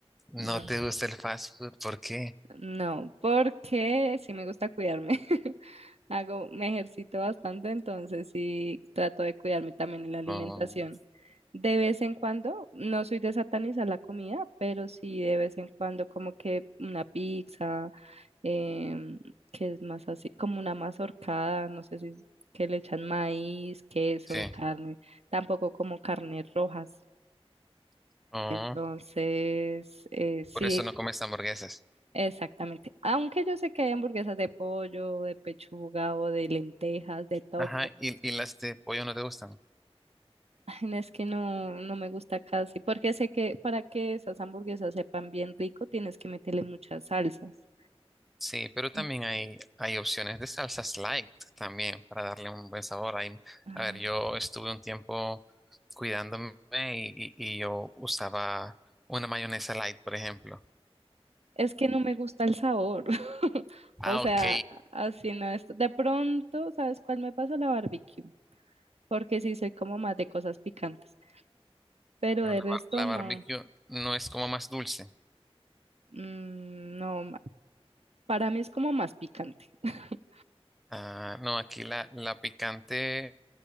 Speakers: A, in the centre; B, on the right.
A: no
B: No,
A: te gusta el fast food, ¿por qué?
B: no, porque sí me gusta cuidarme. <laughs> Hago, me ejercito bastante, entonces sí trato de cuidarme también en la alimentación.
A: Oh,
B: De vez en cuando, no soy de satanizar la comida, pero sí de vez en cuando como que una pizza, em, que es más así, como una mazorcada, no sé si es que le echan maíz, queso,
A: sí,
B: carne, tampoco como carnes rojas.
A: oh,
B: Entonces, eh, sí,
A: por eso no comes hamburguesas.
B: exactamente. Aunque yo sé que hay hamburguesas de pollo, de pechuga o de lentejas, de tofu.
A: Ajá, y, y las de pollo no te gustan.
B: <laughs> Ay, no, Es que no, no me gusta casi, porque sé que para que esas hamburguesas sepan bien rico, tienes que meterle muchas salsas.
A: Sí, pero también
B: Y,
A: hay, hay opciones de salsas light también para darle un buen sabor. Hay,
B: ah,
A: a ver, yo estuve un tiempo cuidándome y, y- y yo usaba una mayonesa light, por ejemplo.
B: Es que no me gusta el sabor. <laughs>
A: Ah,
B: O sea,
A: ok,
B: así no es. De pronto, ¿sabes cuál me pasa? La barbecue, porque sí soy como más de cosas picantes, pero
A: pero
B: de
A: la,
B: resto
A: bar- la
B: no.
A: barbecue no es como más dulce.
B: Mm, no, ma- para mí es como más picante. <laughs>
A: Ah, no, aquí la, la picante